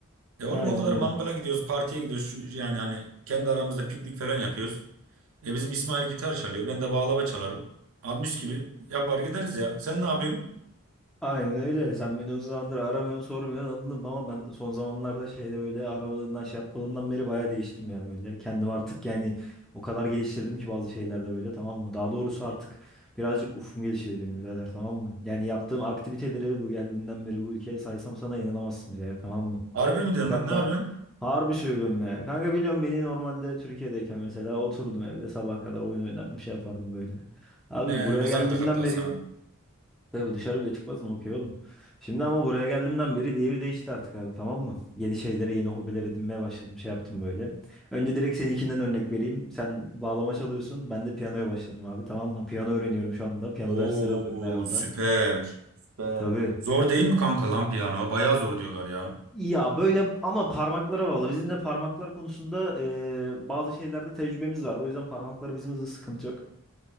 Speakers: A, on the right (about 65°); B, in the centre.
A: E oğlum
B: Aynen
A: o kadar mangala
B: öyle.
A: gidiyoruz, partiye gidiyoruz. Şu- Yani hani kendi aramızda piknik falan yapıyoruz. E bizim İsmail gitar çalıyor. Ben de bağlama çalarım. Abi mis gibi yapar gideriz ya. Sen ne yapıyorsun?
B: Aynen öyle. Sen beni uzun zamandır aramıyorsun, sormuyorsun anladım ama ben son zamanlarda şeyde böyle aramadığından şey yapmadığından beri bayağı değiştim ya böyle. Kendimi artık yani o kadar geliştirdim ki bazı şeylerde böyle tamam mı? Daha doğrusu artık birazcık ufum gelişti benim birader tamam mı? Yani yaptığım aktiviteleri bu geldiğimden beri bu ülkeye saysam sana inanamazsın bile ya tamam mı?
A: Harbi mi diyorsun
B: Fakat
A: lan? Ne
B: da
A: yapıyorsun?
B: harbi söylüyorum ya. Kanka biliyorum beni normalde Türkiye'deyken mesela oturdum evde sabaha kadar oyun oynardım şey yapardım böyle. Abi
A: Ne
B: buraya
A: kızardık
B: geldiğimden
A: hatta
B: beri
A: sana.
B: tabii dışarı bile çıkmazdım okey oğlum. Şimdi ama buraya geldiğimden beri devir değişti artık abi tamam mı? Yeni şeylere yeni hobiler edinmeye başladım şey yaptım böyle. Önce direkt seninkinden örnek vereyim. Sen bağlama çalıyorsun ben de piyanoya başladım abi tamam mı? Piyano öğreniyorum şu anda piyano
A: Oo
B: dersleri alıyorum her hafta.
A: süper. Süper.
B: Tabii.
A: Zor değil mi kanka lan piyano? Bayağı zor diyorlar ya.
B: Ya böyle ama parmaklara bağlı. Bizim de parmaklar konusunda e, bazı şeylerde tecrübemiz vardı. O yüzden parmaklar bizim hızlı sıkıntı yok.